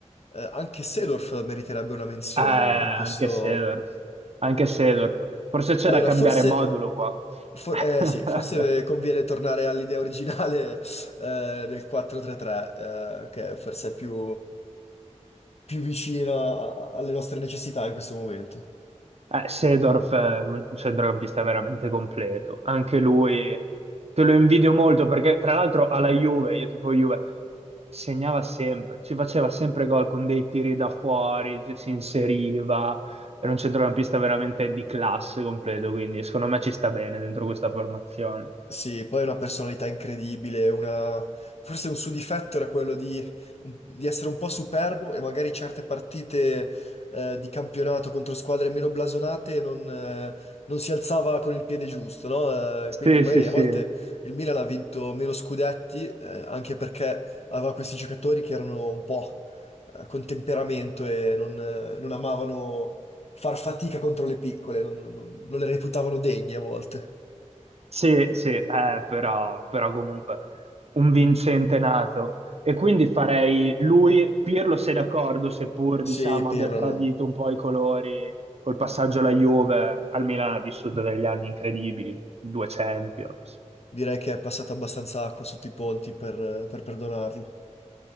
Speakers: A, on the left; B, on the right.
A: eh, anche Seedorf meriterebbe una menzione
B: anche
A: in questo...
B: Seedorf. Anche Seedorf. Forse c'è
A: Allora,
B: da cambiare
A: forse,
B: modulo qua.
A: for-
B: <laughs>
A: eh, sì, forse conviene tornare all'idea originale eh, del 4-3-3, eh, che forse è più, più vicina a- alle nostre necessità in questo momento.
B: Eh, Seedorf eh, è un centrocampista veramente completo, anche lui te lo invidio molto perché tra l'altro alla Juve, io tifo Juve, segnava sempre, ci faceva sempre gol con dei tiri da fuori, ci- si inseriva, era un centrocampista veramente di classe completo, quindi secondo me ci sta bene dentro questa formazione.
A: Sì, poi è una personalità incredibile, una... forse un suo difetto era quello di, di essere un po' superbo e magari certe partite eh, di campionato contro squadre meno blasonate non, eh, non si alzava con il piede giusto, no? Eh, quindi
B: Sì,
A: magari
B: sì, sì.
A: a volte il Milan ha vinto meno scudetti eh, anche perché aveva questi giocatori che erano un po' eh, con temperamento e non, eh, non amavano far fatica contro le piccole, non non- non le reputavano degne a volte.
B: Sì, sì, eh, però, però comunque un vincente nato. E quindi farei lui, Pirlo sei d'accordo, seppur
A: Sì,
B: diciamo
A: Pirlo
B: abbia tradito
A: non,
B: un po' i colori col passaggio alla Juve, al Milan ha vissuto degli anni incredibili, due Champions.
A: Direi che è passata abbastanza acqua sotto i ponti per, per perdonarlo.